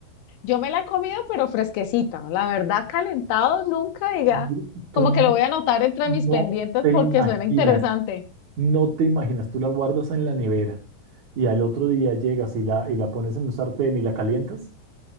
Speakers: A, on the left (about 75°); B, on the right (about 50°).
A: Yo me la he comido, pero fresquecita. La verdad, calentado nunca, diga,
B: Yo- Tú
A: como
B: no,
A: que lo voy a anotar entre
B: no
A: mis pendientes
B: te
A: porque
B: imaginas,
A: suena interesante.
B: no te imaginas, tú la guardas en la nevera y al otro día llegas y la, y la pones en un sartén y la calientas,